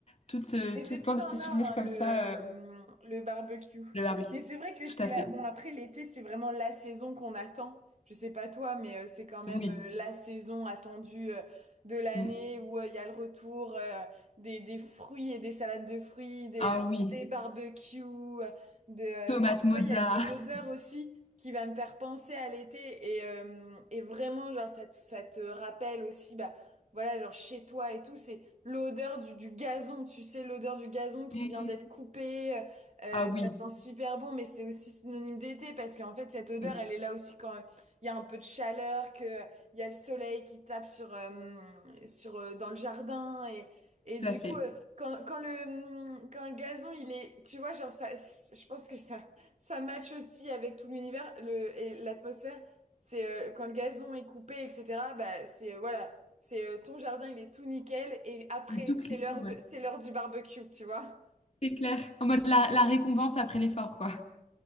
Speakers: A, on the left (about 50°); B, on the right (about 55°).
A: tout, euh,
B: Mais
A: tout plein
B: c'est tout
A: de
B: un
A: petits souvenirs
B: art,
A: comme
B: hein, le,
A: ça.
B: euh,
A: euh,
B: le barbecue.
A: le barbecue.
B: Mais c'est vrai que
A: Tout
B: c'est
A: à
B: la...
A: fait.
B: Bon, après, l'été, c'est vraiment la saison qu'on attend. Je sais pas toi, mais euh, c'est quand même
A: Oui.
B: euh, la saison attendue euh, de l'année
A: Mm.
B: où euh, il y a le retour euh, des, des fruits et des salades de fruits, des,
A: Ah
B: euh,
A: oui.
B: des barbecues. euh, de... euh,
A: Tomate
B: Moi, tu
A: mozza.
B: vois, il y a, il y a une odeur
A: <laughs>
B: aussi qui va me faire penser à l'été. Et, euh, et vraiment, genre, ça te, ça te rappelle aussi, bah, voilà, genre chez toi et tout. C'est l'odeur du, du gazon, tu sais, l'odeur du gazon qui
A: Mm.
B: vient d'être coupé, euh, euh,
A: Ah oui.
B: ça sent super bon, mais c'est aussi synonyme d'été parce qu'en fait, cette odeur,
A: Mm.
B: elle est là aussi quand il y a un peu de chaleur, que il y a le soleil qui tape sur, euh, sur, euh, dans le jardin et, et
A: Tout
B: du
A: à fait.
B: coup, euh, quand, quand le, quand le gazon, il est, tu vois, genre, ça, je pense que ça, ça match aussi avec tout l'univers, le, et l'atmosphère. C'est euh, quand le gazon est coupé, etc. Bah, c'est euh, voilà. C'est euh, ton jardin, il est tout nickel et après,
A: Et tout
B: c'est
A: clean,
B: l'heure
A: ouais.
B: de, c'est l'heure du barbecue, tu vois.
A: C'est clair. En mode la, la récompense après l'effort, quoi.